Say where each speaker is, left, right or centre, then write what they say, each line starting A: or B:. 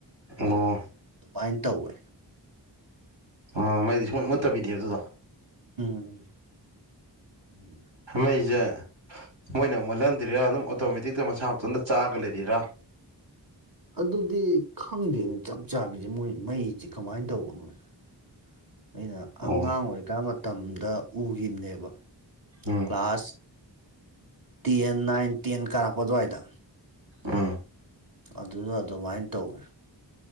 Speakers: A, on the right; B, on the right.
A: ꯑꯣ
B: ꯑꯗꯨꯃꯥꯏꯅ ꯇꯧꯋꯦ
A: ꯑ ꯃꯩꯗꯤ ꯁꯨꯡꯃꯠꯇꯕꯤꯅꯦ ꯑꯗꯨꯗꯣ
B: ꯎꯝ ꯎꯝ
A: ꯍꯁꯦ
B: ꯎꯝ
A: ꯃꯣꯏꯅ ꯃꯨꯜꯍꯟꯗ꯭ꯔꯤꯔꯥ ꯑꯗꯨꯝ ꯑꯣꯇꯣꯃꯦꯇꯤꯛꯇ ꯃꯁꯥ ꯃꯇꯟꯇ ꯆꯥꯒ ꯂꯩꯔꯤꯔꯥ
B: ꯑꯗꯨꯗꯤ ꯈꯪꯗꯦ ꯆꯞ ꯆꯥꯕꯤꯁꯦ ꯃꯣꯏ ꯃꯩꯁꯤ ꯀꯃꯥꯏꯅ ꯇꯧꯒꯅꯣ <inaudible> ꯑꯩꯅ ꯑꯉꯥꯡ
A: ꯑꯣ
B: ꯑꯣꯏꯔꯤꯀꯥꯟ ꯃꯇꯝꯗ ꯎꯈꯤꯕꯅꯦꯕ
A: ꯎꯝ
B: ꯀ꯭ꯂꯥꯁ ꯇꯦꯟ ꯅꯥꯏꯟ ꯇꯦꯟ ꯀꯥꯔꯛꯄ ꯑꯗꯨꯋꯥꯏꯗ
A: ꯑꯝ
B: ꯑꯗꯨꯗ ꯑꯗꯨꯃꯥꯏꯅ ꯇꯧꯋꯦ